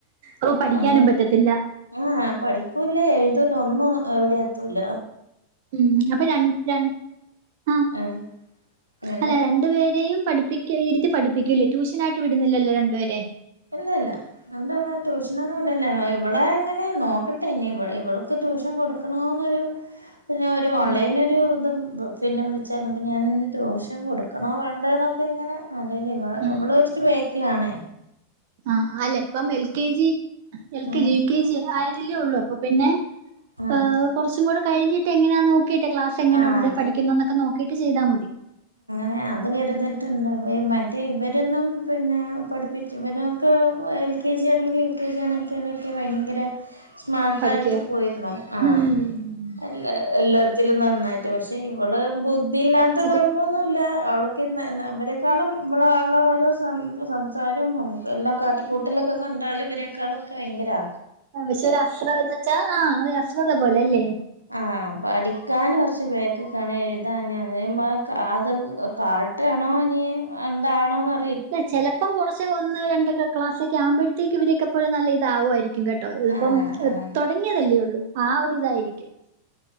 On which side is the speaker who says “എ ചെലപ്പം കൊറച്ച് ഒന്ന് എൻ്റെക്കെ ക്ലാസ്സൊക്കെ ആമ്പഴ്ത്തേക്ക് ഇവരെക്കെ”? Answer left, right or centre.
Right